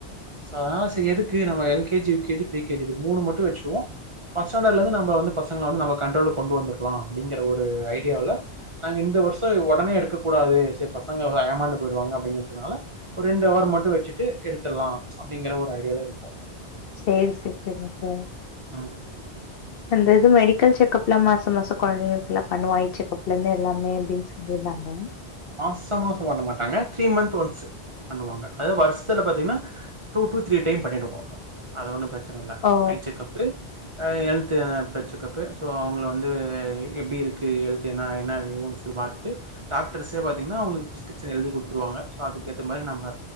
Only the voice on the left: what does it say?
சேரி செரி செரிங்க
அந்தயிது மெடிக்கல் செக்கப்லா மாச மாசோ கொழந்தைங்களுக்கெல்லா பண்ணுவோ ஐ செக்கப்லான்னு எல்லாமே அப்டின்னு சொல்லியிருந்தாங்க
ஓ